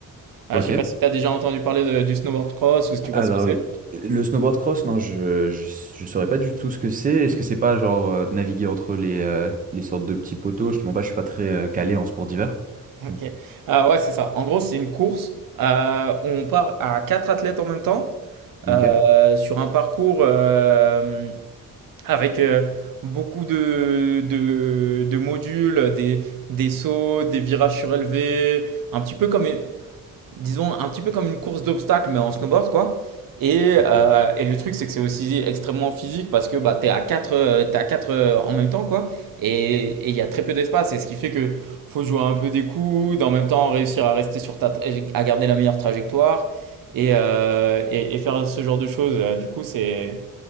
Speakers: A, on the right (about 80°); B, on the right (about 25°).
A: Ah,
B: Ok.
A: je sais pas si tu as déjà entendu parler de- du snowboard cross ou si tu vois
B: Alors,
A: ce que c'est.
B: le snowboard cross, non, je, je, je saurais pas du tout ce que c'est. Est-ce que c'est pas genre euh, naviguer entre les, euh, les sortes de petits poteaux? Je te mens pas, je suis pas très euh, calé en sport d'hiver.
A: Ok.
B: Mmh.
A: Ah ouais, c'est ça. En gros, c'est une course euh, où on part à quatre athlètes en même temps euh,
B: Ok.
A: sur un parcours euh, avec euh, beaucoup de, de, de modules, des, des sauts, des virages surélevés, un petit peu comme une- disons, un petit peu comme une course d'obstacles, mais en snowboard, quoi. Et,
B: Ok.
A: euh, et le truc, c'est que c'est aussi extrêmement physique parce que bah, tu es à 4, t'es à quatre euh, en même temps, quoi. Et et il y a très peu d'espace. Et ce qui fait que faut jouer un peu des coudes, en même temps réussir à rester sur ta, à garder la meilleure trajectoire et, euh, et, et faire ce genre de choses. Euh, Du coup, c'est,